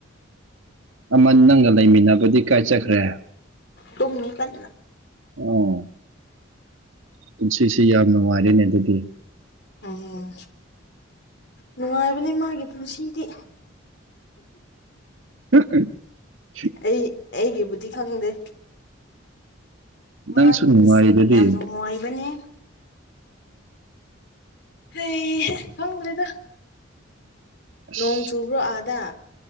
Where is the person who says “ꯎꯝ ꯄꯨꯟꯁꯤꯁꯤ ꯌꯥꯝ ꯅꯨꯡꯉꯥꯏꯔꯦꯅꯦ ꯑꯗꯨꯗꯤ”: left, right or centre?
Right